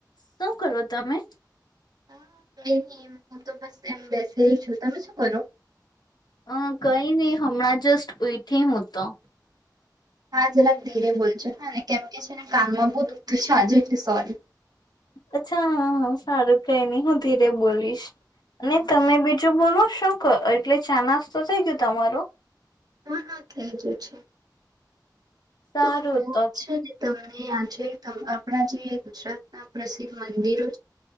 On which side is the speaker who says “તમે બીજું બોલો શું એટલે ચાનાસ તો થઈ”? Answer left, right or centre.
Left